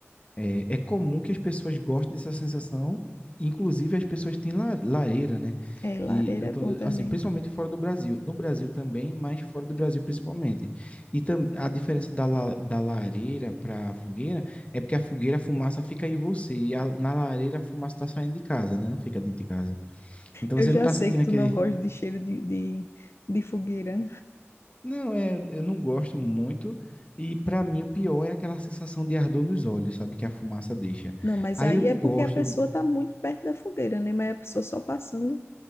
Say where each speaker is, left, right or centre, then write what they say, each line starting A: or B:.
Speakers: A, on the left; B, on the left.
A: É, é comum que as pessoas gostem dessa sensação, inclusive as pessoas têm la- lareira, né?
B: é, lareira
A: E eu
B: é
A: tô,
B: bom também.
A: assim, principalmente fora do Brasil. No Brasil também, mas fora do Brasil principalmente. E tam, a diferença da, la- da lareira para a fogueira é porque a fogueira, a fumaça fica em você, e a- na lareira a fumaça está saindo de casa, né? Não fica dentro de casa. Então
B: Eu
A: você
B: já
A: não está
B: sei
A: sentindo
B: que tu
A: aquele.
B: não gosta de cheiro de, de, de fogueira.
A: Não, é, eu não gosto muito. E para mim o pior é aquela sensação de ardor nos olhos, sabe? Que a fumaça deixa.
B: Não, mas
A: Aí
B: aí
A: eu não
B: é porque
A: gosto,
B: a pessoa tá muito perto da fogueira, né? Mas a pessoa só passando.